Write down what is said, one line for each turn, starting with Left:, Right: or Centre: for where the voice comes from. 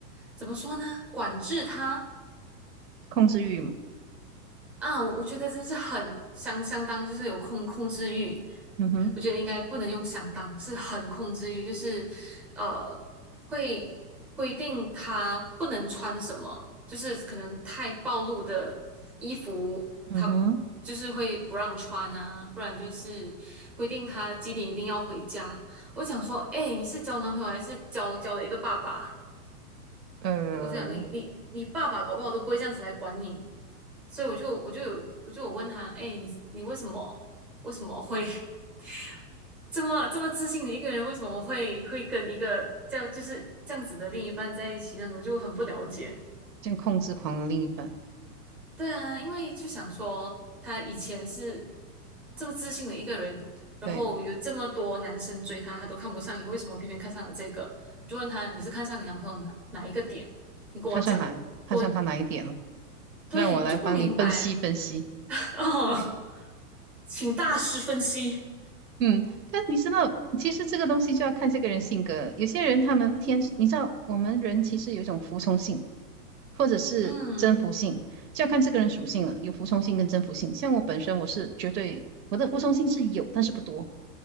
Centre: 怎么说呢，管制她，
Right: 控制欲嘛，
Centre: 啊，我我觉得这是很相相当，就是有控控制欲。
Right: 嗯哼，
Centre: 我觉得应该不能用相当，是很控制欲，就是呃，会规定他不能穿什么，就是可能太暴露的衣服，
Right: 嗯哼，
Centre: 他就是会不让穿啊，不然就是规定他几点一定要回家。我想说，哎，你是交男朋友还是交交了一个爸爸？
Right: 呃，
Centre: 我想你你你爸爸搞不好都不会这样子来管你。所以我就我就有我就有问他，哎，你你为什么为什么会 <laughs> 这么这么自信的一个人，为什么会会跟一个这样就是这样子的另一半在一起那我就很不了解。
Right: 像控制狂的另一半，
Centre: 对啊，因为就想说他以前是这么自信的一个人，然后有这么多男生追他，
Right: 对，
Centre: 他都看不上你，为什么偏偏看上了这个？我就问他，你是看上你男朋友哪哪一个点？你跟我讲，
Right: 看上哪，看上他哪一点了？
Centre: 跟我，对，
Right: 让我来帮你分析分析。
Centre: 我就不明白 <laughs> 哦，请大师分析。
Right: 嗯，但你知道，其实这个东西就要看这个人性格。有些人他们天，你知道，我们人其实有一种服从性，或者是征服性，
Centre: 嗯
Right: 就要看这个人属性了。有服从性跟征服性。像我本身，我是绝对我的服从性是有，但是不多。